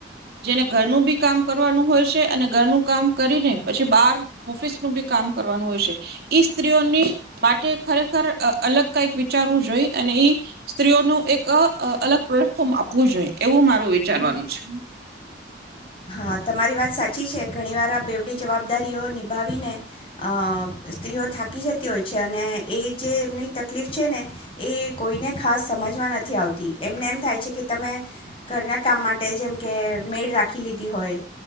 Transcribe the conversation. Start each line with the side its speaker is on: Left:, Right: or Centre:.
Right: જેને ઘરનું બી કામ કરવાનું હોય છે અને ઘરનું કામ કરીને પછી બહાર ઓફિસનુંું બી કામ કરવાનું હોય છે ઈ સ્ત્રીઓની માટે ખરેખર અલગ કઈક વિચારવું જોઈ અને ઈ સ્ત્રીઓનું એક અલગ પ્લેટફોર્મ આપવું જોઈએ એવું મારું વિચારવાનું છે.
Left: હા તમારી વાત સાચી છે ઘણી વાર આ બેવડી જવાબદારીઓ નિભાવીને અ સ્ત્રીઓ થાકી જતી હોય છે અને એ જે એમની તકલીફ છે ને એ કોઈને ખાસ સમજમાં નથી આવતી એમને એમ થાય છે કે તમે ઘરના કામ માટે જેમ કે મેળ રાખ રાખી લીધી હોય